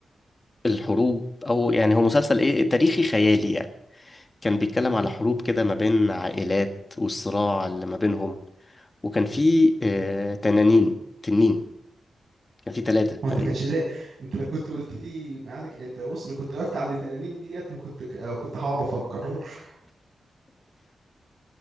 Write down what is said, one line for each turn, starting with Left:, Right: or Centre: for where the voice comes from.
Left: الحروب أو يعني هو مسلسل إيه تاريخي خيالي يعني كان بيتكلم على حروب كده ما بين عائلات والصراع اللي ما بينهم وكان في آه، تنانين تنين كان في ثلاثة تقريبا
Right: هو انت كانش ليه انت لو كنت قلت لي ميعادك انت بص لو كنت وقفت عند 80 ديت ما كنت ك- أو كنت هقعد افكر <laughs>